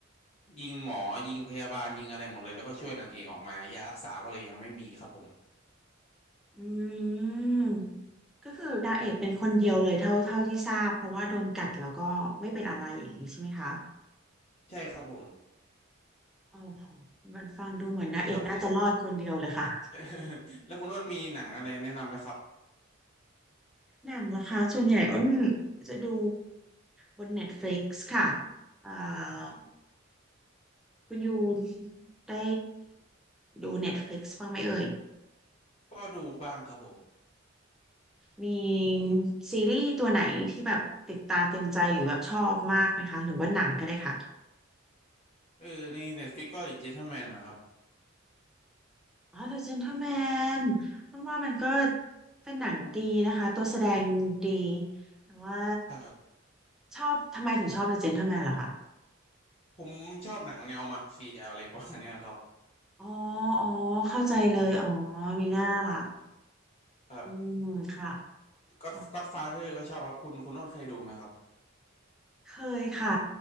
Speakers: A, on the left (about 30°); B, in the centre.
A: ยิงหมอยิงพยาบาลยิงอะไรหมดเลยแล้วก็ช่วยนางเอกออกมายารักษาก็เลยยังไม่มีครับผม
B: อืม ก็คือนางเอกเป็นคนเดียวเลยเท่าเท่าที่ทราบเพราะว่าโดนกัดแล้วก็ไม่เป็นอะไรอย่างนี้ใช่ไหมคะ
A: ใช่ครับผม
B: โอ้โหมันฟังดูเหมือนนางเอกน่าจะรอดคนเดียวเลยค่ะ
A: แล้วคุณ <laughs> แล้วคุณอ้นมีหนังอะไรแนะนำไหมครับ
B: <laughs> หนังล่ะคะส่วนใหญ่อ้นจะดูบน Netflix ค่ะอ่าคุณยูได้ดู Netflix บ้างไหมเอ่ย
A: ก็ดูบ้างครับผม
B: มีซีรีส์ตัวไหนที่แบบติดตาตึงใจหรือแบบชอบมากไหมคะหรือว่าหนังก็ได้ค่ะ
A: เออใน Netflix ก็ The Gentleman นะครับ
B: อ๋อ The Gentleman มันว่ามันก็เป็นหนังดีนะคะตัวแสดงดีแต่ว่า
A: ครับ
B: ชอบทำไมถึงชอบ The Gentleman ล่ะคะ
A: ผมชอบหนังแนวมาเฟียอะไรประมาณเนี้ยครับ
B: อ๋ออ๋อเข้าใจเลยอ๋อมีหน้าล่ะ
A: ครับ
B: อืมค่ะ
A: ก็ก็อดฟาเธอร์ก็ชอบครับคุณคุณโน้นเคยดูไหมครับ
B: อ๋อเคยค่ะ